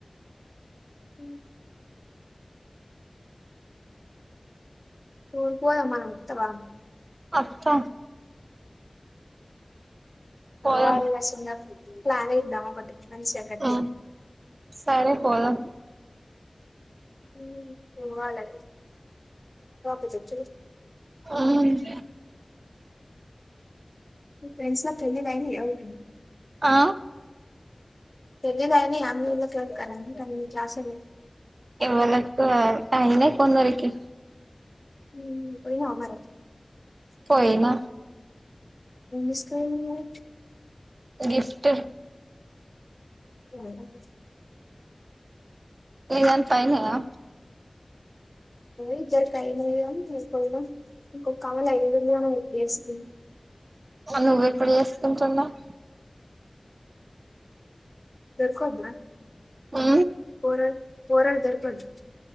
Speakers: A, on the left; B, on the right.
A: హు ఉరికి పోదామా వత్తవ
B: వత్త పోదాం
A: ఓ ఆర్ ఎస్ మీద ప్లాన్ ఇద్దాం ఒకటి మంచిగా గట్టిగా
B: ఆ సరే పోదాం
A: ఉ పోవాలి <unintelligible>
B: హు
A: మీ ఫ్రెండ్స్ పెళ్లి అయినయా ఎవరికైనా
B: ఆ
A: పెళ్లిలో అయినయా మీ ఊర్లో ఎవరికైనా మీ క్లాస్ వాళ్ళకి
B: ఎవరికి అయినే కొందరికి
A: <unintelligible>
B: పోయినా
A: ఏం తీసుకుపోనావ్
B: గిఫ్ట్
A: అవు <unintelligible>
B: ఇవాళ ఫైనల్ ఆ
A: ఇద్దరికియి <inaudible> ఇంకొ కమలు అయిదుంద ఉద్దేశంది
B: నువ్వు ఎప్పుడు చేసుకుంటున్నావు
A: దొర్కద
B: ఆ
A: పోర పోర <unintelligible>